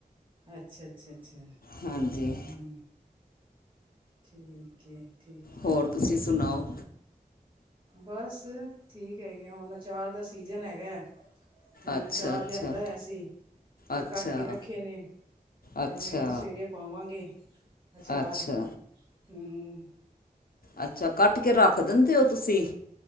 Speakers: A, on the right; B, on the left.
A: ਅੱਛਾ, ਅੱਛਾ- ਅੱਛਾ, ਹ।
B: ਹਾਂਜੀ
A: ਠੀਕ ਹੈ, ਠੀਕ ਹੈ।
B: ਹੋਰ ਤੁਸੀਂ, ਸੁਣਾਓ?
A: ਬਸ, ਠੀਕ ਹੈਗੇ ਆ। ਹੁਣ ਅਚਾਰ ਦਾ, ਸੀਜਨ ਹੈਗਾ। ਹੁਣ
B: ਅੱਛਾ
A: ਅਚਾਰ,
B: ਅੱਛਾ
A: ਲਿਆਂਦਾ ਹੋਇਆ ਸੀ। ਤੇ
B: ਅੱਛਾ
A: ਕੱਟ ਕੇ, ਰੱਖੇ ਨੇ। ਫਿਰ
B: ਅੱਛਾ।
A: ਮੈਂ ਕਿਹਾ ਸਵੇਰੇ ਪਾਵਾਂਗੇ, ਆਚਾਰ,
B: ਅੱਛਾ
A: ਹੂੰ।
B: ਅੱਛਾ। ਕੱਟ ਕੇ, ਰੱਖ ਦਿੰਦੇ ਹੋ ਤੁਸੀਂ?